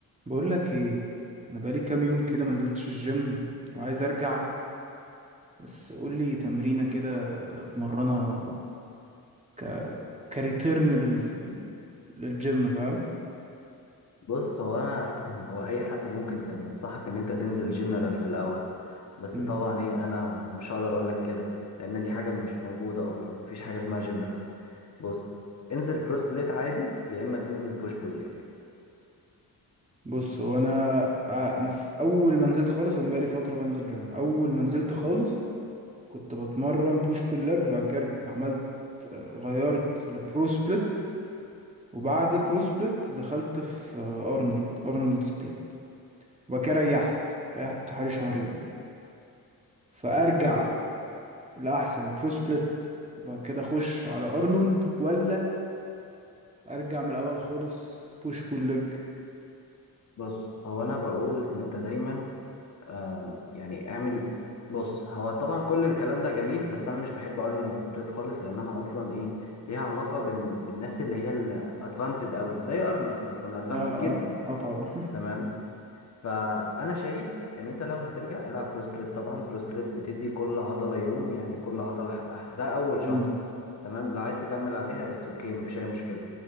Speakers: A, on the right; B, on the left.
A: بقول لك ايه انا بقالي كام يوم كده ما نزلتش الجيم وعايز ارجع بس قول لي تمرينه كده اتمرنها ك كريتيرن لل للجيم فاهم
B: بص هو انا <laughs> هو اي حد ممكن كان ينصحك ان انت تنزل جنرال في الاول بس
A: مم.
B: طبعا ايه انا مش هقدر اقول لك كده لان دي حاجه مش موجوده اصلا مفيش حاجه اسمها جنرال بص انزل برو سبليت عادي يا اما تنزل بوش بول ليج
A: بص هو انا آه، انا في اول ما نزلت خالص انا بقالي فتره بنزل جيم اول ما نزلت خالص كنت بتمرن بوش بول لج بعد كده رج- عملت آه، غيرت لبرو سبليت وبعد برو سبليت دخلت في آه، ارنولد ارنولد سبليت وبعد كده ريحت ريحت حوالي شهرين فارجع
B: بص
A: لاحسن برو سبليت وبعد كده اخش على ارنولد ولا ارجع من الاول خالص بوش بول ليج
B: بص هو انا بقول ان انت دايما آم، يعني اعمل بص هو طبعا كل الكلام ده جميل بس انا مش بحب ارنولد سبليت خالص لانها اصلا ايه ليها علاقه بال... بالناس اللي هي الادفانسد قوي زي ارنولد هو كان ادفانسد
A: اه اه
B: جدا
A: اه طبعا
B: تمام فانا شايف ان انت لو هترجع العب برو سبليت طبعا برو سبليت بتدي كل عضله يوم يعني كل عضله حقها ده اول
A: امم
B: شهر تمام لو عايز تكمل عليها اتس اوكي مفيش اي مشكله